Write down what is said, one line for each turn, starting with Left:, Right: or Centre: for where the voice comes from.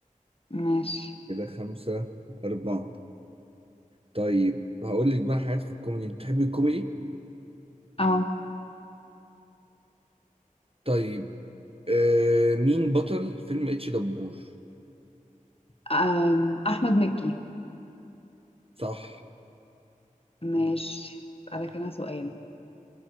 Left: ماشي
Right: كده خمسة أربعة طيب هقول لك بقى حاجات في الكوميدي بتحبي الكوميدي؟
Left: اه
Right: طيب آه، مين بطل فيلم اتش دبور
Left: أم، احمد مكي
Right: صح
Left: ماشي اسالك انا سؤال